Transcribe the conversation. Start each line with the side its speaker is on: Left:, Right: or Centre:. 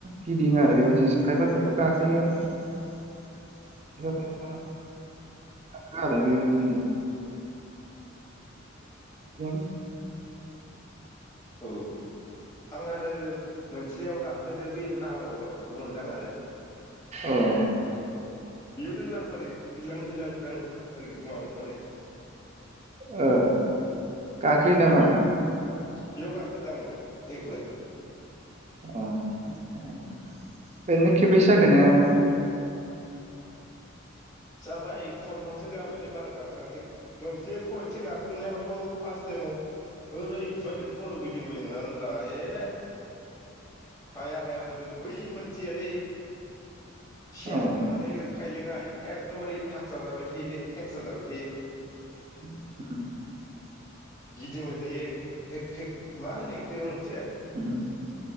Right: गिदिङाआरो बेबायदिनोसै खायफा खायफा गाखोयो खायफा खायफा गाखोआ आरो बेबायदिनो <unintelligible>
Left: औ आं आरो मोनसेयाव गाखोदो बै नावआव गाखोनो मोनदां आरो
Right: अ <inaudible>
Left: बिहरदों होन्ना ओरै फिल्लां फिल्लां दं ओरै माबाय थानाय
Right: ओ गाखोयो नामा?
Left: बेयाव गाखोदां देग्लाय
Right: अ ओरैनो खेबैसो जाखो नोङो?
Left: जाबाय खनथामसो गाबायलै बारा गाखोआखै मोनसे खनसे गाखोनायावथ फार्स्ट टाइमाव ओरैबायदि खर गिदिंबाय नङा होनब्ला ए हाया हाया मोनदों बै मोनसेयालै सियार
Right: अ
Left: जनानै एरोखो खाइलेङाइ एखदमबारे थागसा जाबाय थायोलै थेक्सा जाबाय थायो
Right: <unintelligible>
Left: गिदिंबाय थायो हेक हेक मा होनो एखो आं मिथिया
Right: <unintelligible>